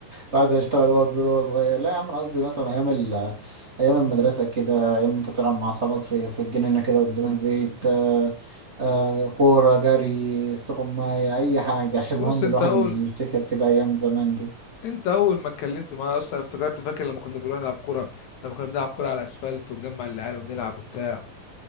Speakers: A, on the right (about 40°); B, on the left (about 70°).
A: الواحد هيشتغل وهو كبير وهو صغير لا يا عم أنا قصدي مثلا أيام ال- أيام المدرسة كده أيام أنت بتلعب مع أصحابك في في الجنينة كده قدام البيت آه، آه، كورة جري استقماية أي حاجة <laughs> المهم
B: بص انت
A: الواحد
B: اول
A: يفتكر كده أيام زمان دي
B: انت اول ما اتكلمت معايا اصلا افتكرت فاكر لما كنا بنروح نلعب كوره لما كنا بنلعب كوره على الاسفلت ونجمع العيال ونلعب وبتاع